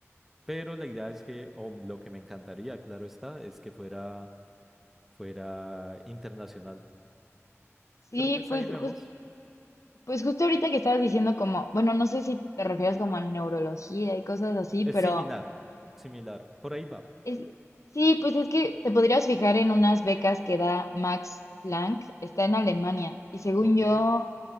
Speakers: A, in the centre; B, on the left (about 80°).
A: Pero la idea es que, o lo que me encantaría, claro está, es que fuera, fuera internacional.
B: Sí,
A: Pero pues
B: pues,
A: ahí vemos.
B: jus- pues justo ahorita que estabas diciendo como, bueno, no sé si te refieres como a neurología y cosas así,
A: Es
B: pero
A: similar, similar. Por ahí va.
B: es, sí, pues es que te podrías fijar en unas becas que da Max Planck, está en Alemania, y según
A: Ok.
B: yo,